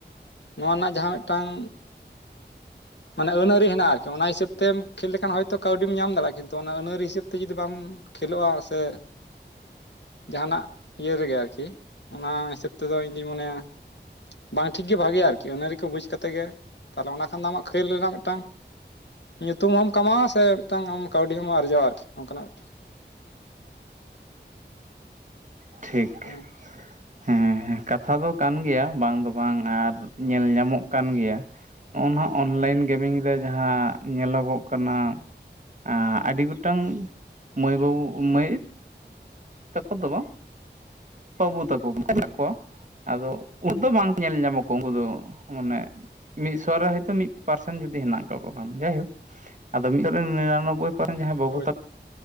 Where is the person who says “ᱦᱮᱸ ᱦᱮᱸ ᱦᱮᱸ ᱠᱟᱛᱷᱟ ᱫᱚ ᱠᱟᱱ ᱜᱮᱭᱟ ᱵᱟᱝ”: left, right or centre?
Right